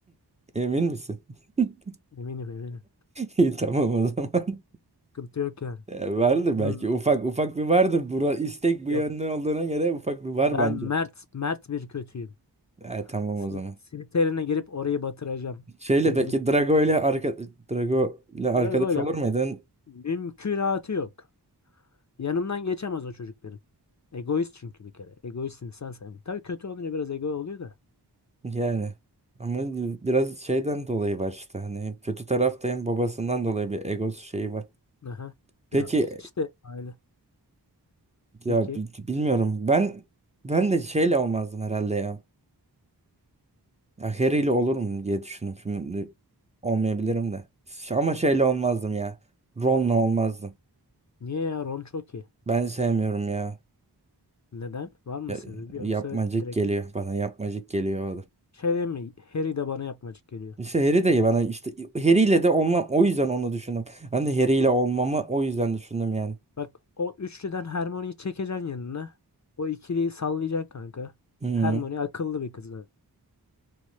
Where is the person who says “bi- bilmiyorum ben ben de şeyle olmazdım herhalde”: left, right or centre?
Right